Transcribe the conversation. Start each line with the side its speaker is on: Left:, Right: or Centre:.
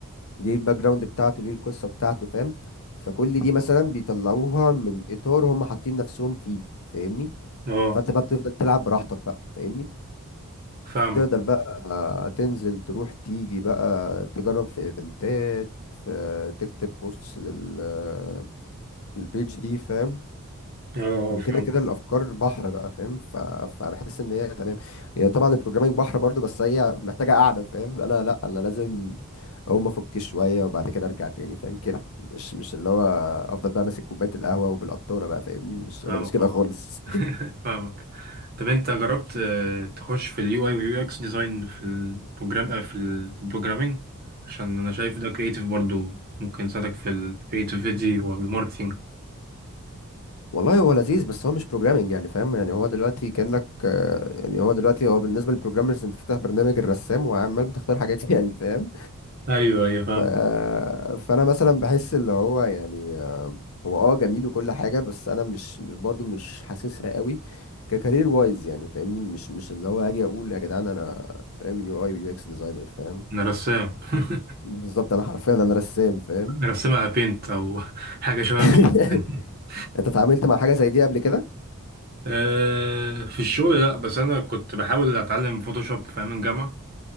Left: ليه الباك جراوند بتاعته ليه القصة بتاعته فاهم فكل دي مثلا بيطلعوها من إطار هم حاطين نفسهم فيه فاهمني
Right: اه
Left: فانت بقى بتفضل تلعب براحتك بقى فاهمني
Right: فاهمك
Left: تقدر بقى آه، تنزل تروح تيجي بقى تجرب في ايفنتات في- تكتب بوستس لل للبيج دي فاهم
Right: اه
Left: وكده
Right: آه، فاهمك
Left: كده الافكار بحر بقى فاهم ف... فبحس ان هي تمام هي طبعا البروجرامينج بحر برضو بس هي محتاجه قاعده فاهم انا لا انا لازم اقوم افك شويه وبعد كده ارجع تاني فاهم كده مش مش اللي هو افضل بقى ماسك كوبايه القهوه وبالقطاره بقى فاهمني مش
Right: فاهمك
Left: انا مش كده
Right: والله
Left: خالص
Right: <laughs> فاهمك طب انت جربت آه، تخش في اليو اي واليو اكس ديزاين في البروجرام آه، في البروجرامينج عشان انا شايف ده كريتيف برضو ممكن يساعدك في الكريتيفيتي والماركتينج
Left: والله هو لذيذ بس هو مش بروجرامنج يعني فاهم يعني هو دلوقتي كأنك آه، يعني هو دلوقتي هو بالنسبة للبروجرامرز انت فاتح برنامج الرسام وعمال بتختار حاجات <laughs> يعني فاهم
Right: ايوه ايوه فاهم
Left: ف... آه، فانا مثلا بحس اللي هو يعني آه، هو اه جميل وكل حاجة بس انا مش مش برضو مش حاسسها قوي ككارير وايز يعني فاهمني مش مش اللي هو هاجي اقول يا جدعان انا فاهم يو اي ويو اكس ديزاينر فاهم
Right: انا رسام <laughs>
Left: بالظبط انا حرفيا انا رسام فاهم
Right: انا رسام على بينت او <laughs> حاجه شبه
Left: <laughs>
Right: بينت <laughs>
Left: انت اتعاملت مع حاجة زي دي قبل كده؟
Right: آه، في الشغل لا بس انا كنت بحاول اتعلم فوتوشوب في ايام الجامعه